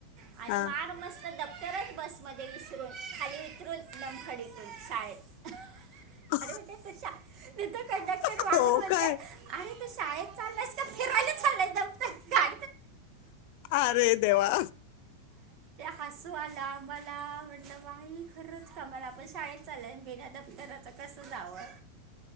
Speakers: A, on the right; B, on the left.
A: आणि
B: हा
A: मार मस्त दप्तरच बसमध्ये विसरून खाली उतरून लमखडीतून शाळेत
B: ह
A: अरे म्ह तू कंडक्टर
B: हो
A: वागून बोलतेय
B: काय
A: अरे तू शाळेत चालला का हिरवायलाच चालं एकदम गा
B: अरे देवा
A: हसू आला आ मला म्हटल खरच कामाला आपण शाळेत चालय बिना दप्तराच कस जावं